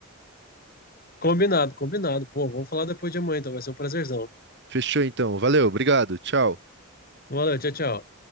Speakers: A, on the left; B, on the right.
A: Combinado, combinado. Pô, vamos falar depois de amanhã, então vai ser um prazerzão.
B: Fechou, então. Valeu, obrigado, tchau.
A: Valeu, tchau, tchau.